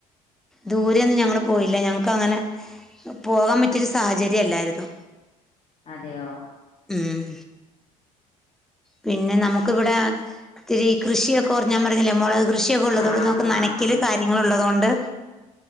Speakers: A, in the centre; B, on the left.
A: ദൂരെയൊന്നും ഞങ്ങള് പോയില്ല ഞങ്ങ ക്കങ്ങനെ പോകാൻ പറ്റിയൊരു സാഹചര്യം അല്ലായിരുന്നു
B: അതെയോ
A: ഉം പിന്നെ നമ്മുക്കിവിടെ ഇത്തിരി കൃഷിയൊക്കെ ഓർ ഞാൻ പറഞ്ഞില്ലേ മുളക് കൃഷിയൊക്കെ ഉള്ളത്
B: ആഹ്
A: കൊണ്ട് നമ്മുക്ക് നനക്കില്
B: ആഹ്
A: കാര്യങ്ങൾ ഇള്ളതുകൊണ്ട്